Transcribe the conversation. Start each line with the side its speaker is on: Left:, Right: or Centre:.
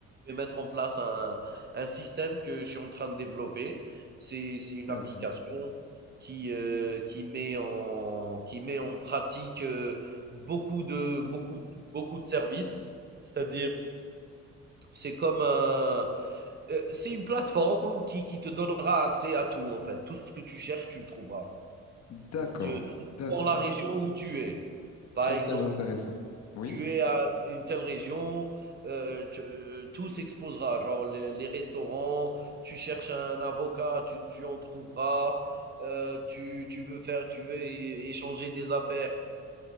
Right: vais mettre en place un, un système que je suis en train de développer. C'est c'est une
Left: Intéressant.
Right: application qui, euh, qui, met en, qui met en pratique euh, beaucoup, de, beaucoup, beaucoup de services. C'est-à-dire, c'est comme un, euh, c'est une plateforme qui, qui te donnera accès à tout, en fait. Tout ce que tu cherches, tu le trouveras.
Left: D'accord,
Right: Tu,
Left: d'accord.
Right: dans la région où tu es. Par
Left: Très,
Right: exemple,
Left: très intéressant. Oui?
Right: tu es à une telle région, heu, tu euh, tout s'exposera, genre les les restaurants, tu cherches un avocat, tu tu en trouveras, heu, tu tu veux faire tu veux é échanger des affaires,